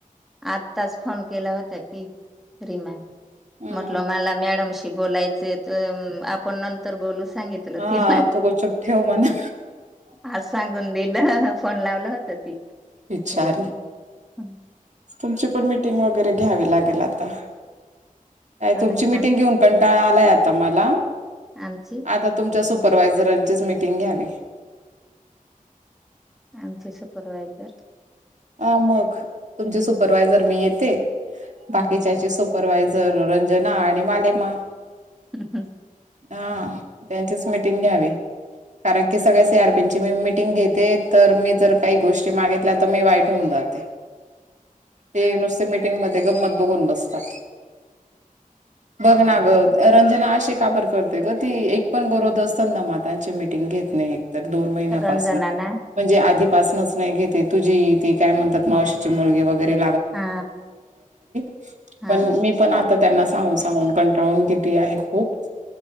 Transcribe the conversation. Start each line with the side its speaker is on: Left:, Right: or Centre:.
Centre: आत्ताच फोन केला होता की रिमा
Right: हम्म.
Centre: म्हटलं मला मॅडमशी बोलायचे तर आपण नंतर बोलू शक सांगितलं
Right: हा
Centre: तिला,
Right: तू गपचूप ठेव म्हणा
Centre: आज सांगून दिलं फोन लावलं होतं ती
Right: बिचारी.
Centre: री ना ह
Right: तुमची पण मीटिंग वगैरे घ्यावी लागेल आता. का
Centre: कोणाची
Right: तुमची मिटिंग
Centre: आम
Right: घेऊन कंटाळा आलाय तम्हाला
Centre: आमची
Right: आता तुमच्या सुप सुपरवायझरांचीच मिटिंग घ्यावी.
Centre: आमचे सुपरवायझर
Right: ह मग तुमची सुपरवायझर मी येते. बाकीच्याची
Centre: हम्म
Right: सुपरवायझर रंजना आणि माले म
Centre: हम हम
Right: हा त्यांचीच मिटिंग घ्यावी. कारण की सगळ्या सी आरपीनचीं मी मिटिंग घेते तर मी जर काही गोष्टी मागितल्या तर मी वाईट होऊन जाते. ते नुसते मिटिंग मध्ये गंमत बघून बसतात. बघ ना ग रंजना अशी का बरं करते गं ती? एक पण गोरोद असत ना मातची मीटिंग घेत नाहीये. दोन महिन्यापासून
Centre: रंजनाना
Right: म्हणजे आधीपासनच नाही घेते तुझी. ती कायणतात मावशीची मुलगी वगैरे.
Centre: हा
Right: <unintelligible>
Centre: हा
Right: टउन किती आहे खूप.